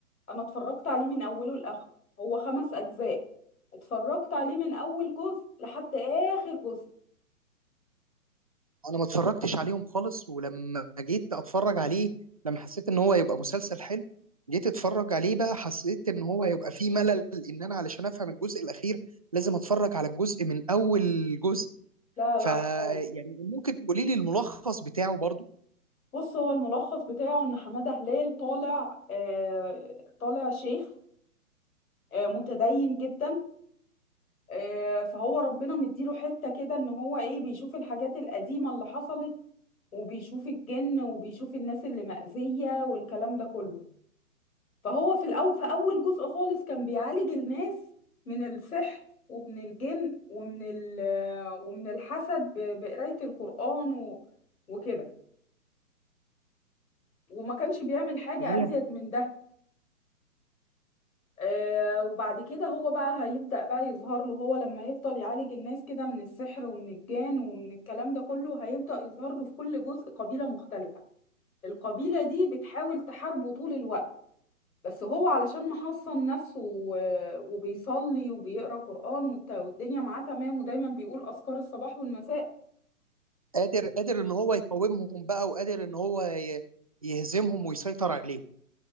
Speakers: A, on the left; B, on the right.
A: أنا اتفرجت عليه من أوله لآخره هو خمس أجزاء اتفرجت عليه من أول جزء لحد آخر جزء
B: انا ما اتفرجتش عليهم خالص ولما جيت اتفرج عليه لما حسيت ان هو يبقى مسلسل حلو جيت اتفرج عليه بقى حسيت ان هو يبقى فيه ملل ان انا علشان افهم الجزء الاخير لازم اتفرج على الجزء من اول جزء
A: لا
B: ف
A: لا
B: يعني
A: خالص
B: ممكن تقولي لي الملخص بتاعه برضو
A: بص هو الملخص بتاعه إن حمادة هلال طالع آه طالع شيخ آه متدين جدا آه فهو ربنا مديله حتة كده إن هو إيه بيشوف الحاجات القديمة اللي حصلت وبيشوف الجن وبيشوف الناس اللي مأذية والكلام ده كله فهو في الأول في أول جزء خالص كان بيعالج الناس من السحر ومن الجن ومن ال ومن الحسد ب- بقراية القرآن و- وكده وما كانش بيعمل حاجة
B: تمام
A: أزيد من ده آه وبعد كده هو بقى هيبدأ بقى يظهر له هو لما يفضل يعالج الناس كده من السحر ومن الجان ومن الكلام ده كله هيبدأ يظهر له في كل جزء قبيلة مختلفة القبيلة دي بتحاول تحاربه طول الوقت بس هو علشان محصن نفسه و- وبيصلي وبيقرا قرآن والت- والدنيا معاه تمام ودايما بيقول أذكار الصباح والمساء
B: قادر قادر ان هو يقاومهم بقى وقادر ان هو ي- يهزمهم ويسيطر عليهم